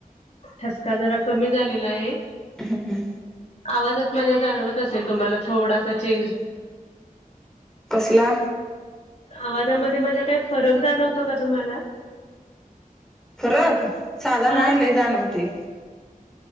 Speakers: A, on the left; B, in the centre.
A: ठसका जरा कमी झालेला आहे.
B: हम्म.
A: आवाजात माझ्या जाणवत असेल तुम्हाला थोडासा चेंज.
B: कसला?
A: आवाजामध्ये माझ्या काय फरक जाणवतो का तुम्हाला?
B: फरक साधा
A: हा
B: नाय लई जाणवतोय.